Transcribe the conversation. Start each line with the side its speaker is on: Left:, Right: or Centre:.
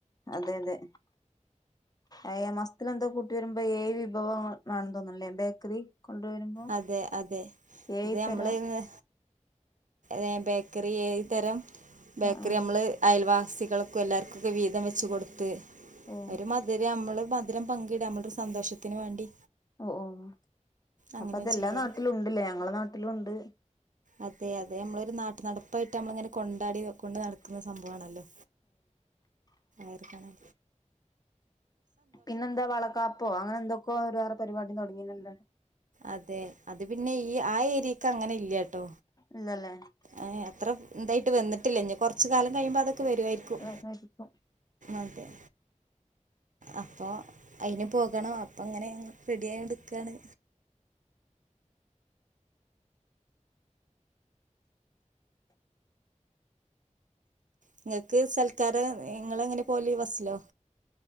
Left: അതെ അതെ ഏയാ മാസ്തില് ന്താ കൂട്ടി വരുമ്പോ ഏയ് വിഭവങ വാണ തോന്നുല്ലേ ബേക്കറി...? കൊണ്ടുവരുമ്പോ
Right: അതെ അതെ
Left: ഏഴ്
Right: തെ
Left: തരം
Right: മ്മള് ങ് ഏ ബേക്കറി ഏത് തരം ബേക്കറി
Left: ആ ആ
Right: അമ്മള് അയൽവാ സികൾക്കു എല്ലാർ ക്കുക്കെ വീതം വെച്ചു കൊടുത്ത്
Left: ഓ
Right: ഒരു മധ് രി അമ്മള് മധുരം പങ്കിടാം ന മ്മൾടോരു സന്തോഷത്തിന് വേണ്ടി
Left: ഒ ഓഹ്
Right: അങ്ങനെ
Left: അപ്പ തെല്ലാ
Right: ചെയ്യല്
Left: നാട്ടിലും ണ്ട്ലെ അങ്ങളെ നാട്ടിലുണ്ട്.
Right: അതെ അതെ മ്മളൊരു നാട്ട് നടപ്പായിട്ട് നമ്മളങ്ങനെ കൊണ്ടാടി കൊണ്ട് നടക്കുന്ന സംഭവണല്ലോ ആര്താണ്?
Left: പിന്നെന്താ വളക്കാപ്പോ അങ്ങനെന്തക്കോ ഒരു വേറെ പരിവാടി തൊടങ്ങീനെന്താണ്?
Right: അതെ അത് പിന്നെ ഈ ആ ഏരിയക്ക് അങ്ങനെ ഇല്യട്ടൊ
Left: ഇല്ലല്ലേ
Right: ഏ യേ അത്ര ഇന്തായിട്ട് വന്നി ത്തില്ല്യ ഞ്ഞി കൊർച്ച് കാലംഴിയുമ്പത് പ്പ വരുായിരിക്കും
Left: വരുമായിരിക്കും
Right: അതെ അപ്പൊ അയ്ന് പോകണം അപ്പൊ ങ്ങനെ റെഡി ആയൂണ്ട് നിക്കാണ്. ഇങ്ങക്ക് സൽക്കാരം ഇങ്ങള് എങ്ങനെ പോല് ബസ്സിലോ?